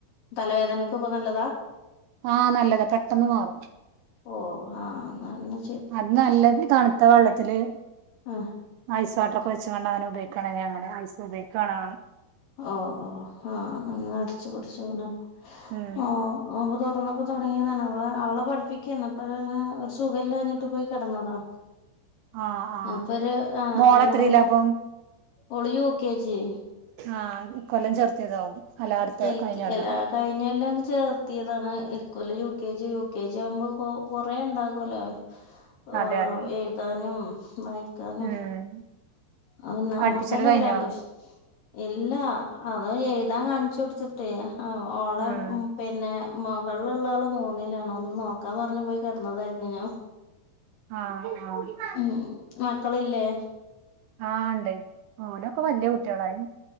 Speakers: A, on the left; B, on the right.
A: തലവേദനക്ക് ഒക്കെ നല്ലതാ
B: ആഹ്, നല്ലതാ പെട്ടെന്ന് മാറും.
A: ഓഹ് ആഹ് എന്നാൽ ഇന്ന്
B: അത് നല്ലത് തണുത്ത വെള്ളത്തില്
A: ആഹ്
B: ഐസ് വാട്ടറൊക്കെ വെച്ച്ക്കാണ്ട് അങ്ങനെ ഉപയോഗിക്കാണ് ഇഞ്ഞ് അങ്ങനെ ഐസ് ഉപയോഗിക്ക് ആണ്
A: ഓഹ്, ഓഹ് ആഹ് ഇന്നാ ഒന്ന് അടിച്ച് കുടിച്ചണം,
B: ഉം
A: ഓഹ് നോമ്പ് തുറന്നപ്പോ തൊടങ്ങിയതാണ് അവളെ അവളെ പഠിപ്പിക്കേന്നു ഇപ്പൊ <unintelligible> സുഖല്ലാഞ്ഞിട്ട് പോയി കെടന്നതാ.
B: ആഹ് ആഹ്
A: അപ്പൊരു ആഹ്
B: മോളെത്രയിലാ
A: രണ്ട് മൂന്ന്
B: അപ്പം
A: ഓള് യു കെ ജി.
B: ആഹ്, ഈ കൊല്ലം ചേർത്തിയതാവും അല്ല അടുത്ത
A: എൽക്ക്
B: കഴിഞ്ഞ കൊല്ലം
A: എലാ കഴിഞ്ഞെല്ല അങ്ങ് ചേർത്തിയതാണ്. ഇക്കൊല്ല U K G, U K G ആവുമ്പ കു കുറേണ്ടാകുല്ലോ. ആഹ്
B: അതെ അതെ
A: എഴുതാനും വായി ക്കാനും
B: ഉം
A: അപ്പൊ നമ്മക്കന്നെ
B: പഠിപ്പിച്ചല് കഴിഞ്ഞോ
A: പിരാന്ത്ട്ച്ചും. ഇല്ല അത് എഴുതാൻ കാണിച്ച് കൊടുത്തിട്ടേ ആഹ്, ഓളെ
B: ഉം
A: പിന്നെ മുകൾള്ള ആള് മൂന്നിലാണ് ഒന്ന് നോക്കാൻ പറഞ്ഞ് പോയി കെടന്നതായിരുന്നു ഞാൻ
B: ആഹ്, ആഹ്
A: ഉം മക്കളില്ലേ
B: ആഹ്, ഇണ്ട് ഓലൊക്കെ വലിയ കുട്ടികളായി.